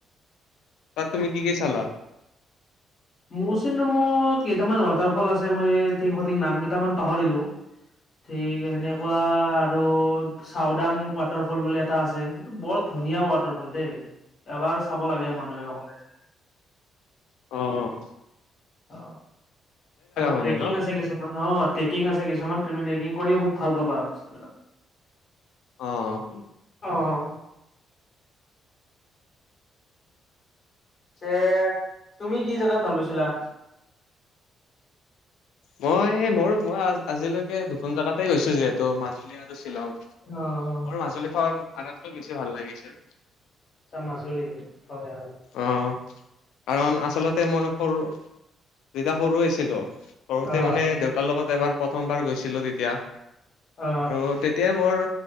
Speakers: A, on the left (about 85°); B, on the left (about 50°).
A: তাত তুমি কি-কি চালা?
B: মৌচিন ৰামত কেইটামান ৱাটাৰফল আছে মই ঠিক সঠিক নাম কেইটামান পাহৰিলো। ঠিক সেনেকুৱা
A: অ
B: আৰু চাওদাং ৱাটাৰফল বুলি এটা আছে, সেইটো বৰ ধুনীয়া ৱাটাৰফল দেই। এবাৰ চাব লাগে মানুহে অকলে।
A: অ', অ',
B: অ, আৰু
A: মানে
B: ট্ৰেকিং
A: ন
B: আছে কিছুমানত। টেকিং আছে কিছুমান ট্টেকিংও খুব ভাল পাবা বস্তুবিলাক।
A: অ',
B: অ', যে তুমি, কি জেগাত ভাল পাইছিলা?
A: মই মোৰ মই আজিলৈকে দুখন জেগাতে গৈছো যিহেতু মাজুলী আৰু শ্বিলং। মোৰ
B: অ অ
A: মাজুলীখন, আগাতকৈ বেছি ভাল লাগিছিল।
B: আচ্ছা, মাজুলী হয়-হয়।
A: অঁ, কাৰণ আচলতে মই সৰু যেয়া সৰু হৈছিলো। সৰুতে
B: অ
A: মানে দেউতাৰ লগত এবাৰ প্ৰথমবাৰ গৈছিলো তেতিয়া। আৰু
B: অ
A: তেতিয়াই মোৰ